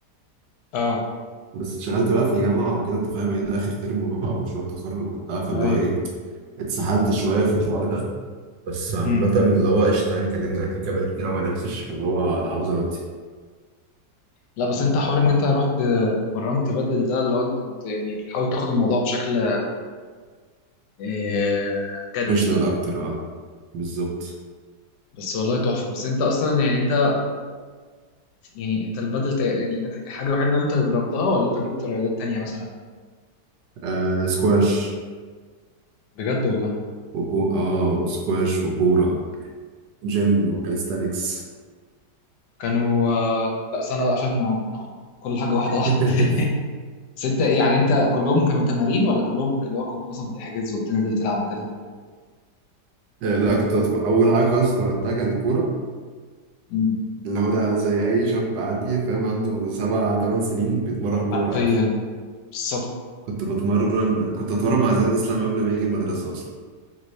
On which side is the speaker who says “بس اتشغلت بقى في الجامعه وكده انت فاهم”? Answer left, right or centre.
Right